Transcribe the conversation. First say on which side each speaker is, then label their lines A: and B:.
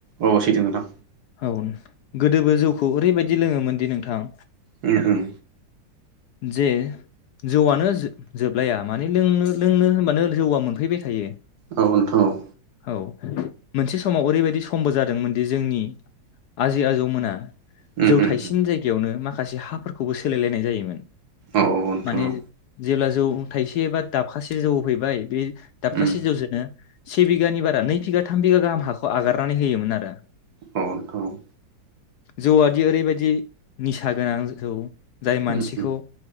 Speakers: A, on the right (about 60°); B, on the left (about 70°).
A: औ सैथो नोंथां
B: औ गोदोबो जौखौ ओरैबायदि दि लोङोमोन दि नोंथां
A: उम उम
B: जे जौआनो जोबलाया माने लोंनो लोंनो होनबानो जौआ मोनफैबाय थायो।
A: औ नोंथां औ।
B: औ मोनसे समाव ओरैबायदि समबो जादोंमोनदि जोंनि आजै आजौमोना
A: उम
B: जौ
A: उम
B: थायासेनि जायगायावनो माखा माखासे हाफोरखौबो सोलायलायनाय जायोमोन।
A: औ औ नोथां
B: माने
A: औ।
B: जेब्ला जौ थाइसे एबा दाबखासे जौ हैबाय बे दाबखाासे
A: उम
B: जौजोनो से बिघानि बारा नै बिघा थाम बिगा गाहाम हाखौ आगारनानै होयोमोन आरो।
A: औ नोथां‌ औ
B: जौ आदि ओरैबायदि निसा गोनां जोंखौ जाय मानसिखौ
A: उम उम